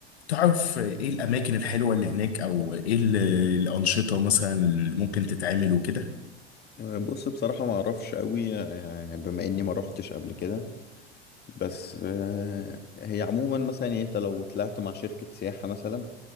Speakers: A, on the left (about 70°); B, on the left (about 30°).
A: تعرف ايه الاماكن الحلوه اللي هناك او ايه ال- الانشطه مثلا اللي ممكن تتعمل وكده
B: آه، بص بصراحة ما اعرفش قوي آه، بما اني ما روحتش قبل كده بس آه، هي عموما مثلا يعني انت لو طلعت مع شركة سياحة مثلا